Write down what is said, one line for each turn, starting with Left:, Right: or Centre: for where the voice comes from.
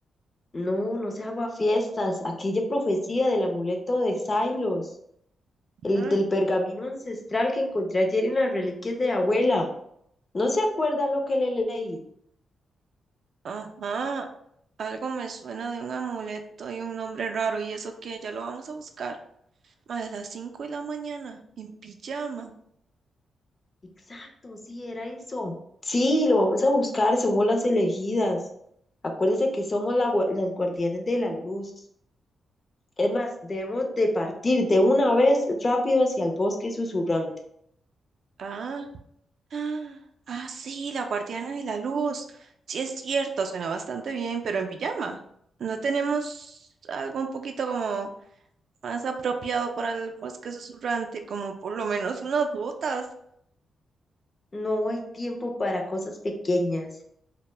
Left: No, no se haga fiestas, aquella profecía del amuleto de Xylos, el
Right: Mm,
Left: del pergamino ancestral que encontré ayer en las reliquias de abuela. ¿No se acuerda lo que le leí?
Right: Ajá, algo me suena de un amuleto y un nombre raro. ¿Y eso qué? Ya lo vamos a buscar. Mae, a las 5 de la mañana, en pijama.
Left: Exacto, sí, era eso. Sí, lo vamos a buscar, somos las elegidas. Acuérdese que somos la gua- las guardianes de la luz. Es más, debemos de partir de una vez rápido hacia el bosque susurrante.
Right: Ah, ah, ah, sí, la guardiana de la luz. Sí, es cierto, suena bastante bien, pero en pijama. ¿No tenemos algo un poquito como más apropiado para el bosque susurrante, como por lo menos unas botas,
Left: No hay tiempo para cosas pequeñas.